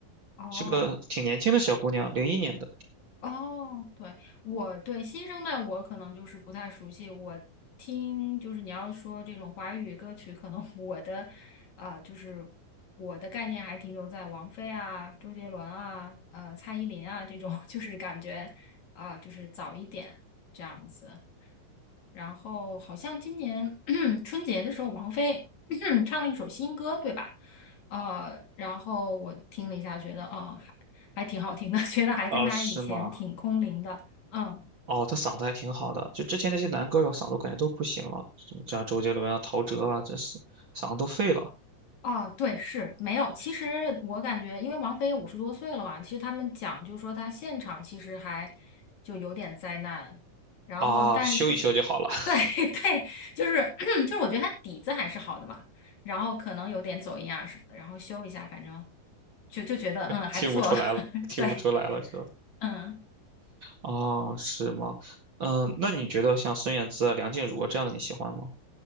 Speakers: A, on the left; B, on the right.
A: 哦，
B: 是个挺年轻的小姑娘，零一年的。
A: 哦，对，我对新生代我可能就是不太熟悉，我听就是你要说这种华语歌曲，可能 <laughs> 我的啊、就是我的概念还停留在王菲啊、周杰伦啊、呃蔡依林啊这种，<laughs> 就是感觉啊、就是早一点这样子。然后好像今年 <clears throat> 春节的时候，王菲 <clears throat> 唱了一首新歌，对吧？呃，然后我听了一下，觉得嗯。还挺好听的，<laughs> 觉得还跟他以前挺空灵的。
B: 啊，是吗？
A: 嗯，
B: 哦，他嗓子还挺好的，就之前那些男歌手嗓子我感觉都不行了，什么像周杰伦啊、陶喆啊，这是嗓子都废了
A: 哦，对，是没有。其实我感觉，因为王菲也五十多岁了嘛，其实他们讲就说她现场其实还就有点灾难，然后但但
B: 啊，修一修就好了，<laughs>
A: 对 <laughs> 对，就是 <clears throat> 就是我觉得她底子还是好的嘛，然后可能有点走音啊什么的，然后修一下，反正就就觉得嗯还不错，
B: 听不出来了，
A: <laughs>
B: 听不出来了是吧？
A: 对，嗯。
B: 哦，是吗？嗯，那你觉得像孙燕姿啊、梁静茹啊这样的你喜欢吗？